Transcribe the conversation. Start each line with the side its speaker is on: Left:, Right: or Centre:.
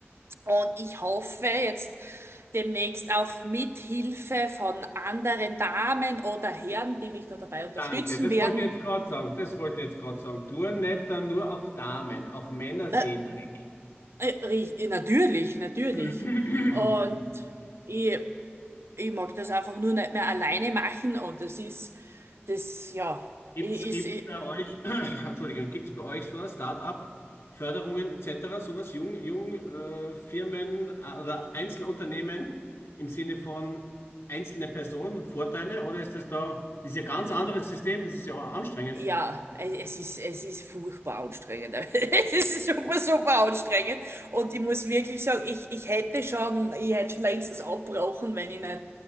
Right: Und ich hoffe jetzt demnächst auf Mithilfe von anderen Damen oder Herren, die mich da dabei unterstützen
Left: Danke, das
Right: werden
Left: wollte ich jetzt gerade sagen. Das wollte ich jetzt gerade sagen. Touren nicht dann nur auf Damen, auch Männer
Right: ne,
Left: sehen Dreck.
Right: Äh, ri- äh, Natürlich, natürlich.
Left: <clears throat>
Right: Und ich, ich mag das einfach nur nicht mehr alleine machen und das ist, das, ja,
Left: Gibt's,
Right: ich, ist,
Left: gibt's
Right: ich,
Left: bei euch, <clears throat> Entschuldigung, gibt's bei euch so ein Start-up, Förderungen etc., sowas, Jung, Jung, äh, Firmen äh, oder Einzelunternehmen im Sinne von einzelne Person, Vorteile? Oder ist das da, das ist ja ein ganz anderes System, das ist ja auch anstrengend.
Right: ja, äh, es ist, es ist furchtbar anstrengend. <laughs> Es ist super, super anstrengend. Und ich muss wirklich sagen, ich, ich hätte schon, ich hätte schon längstens abgebrochen, wenn ich nicht,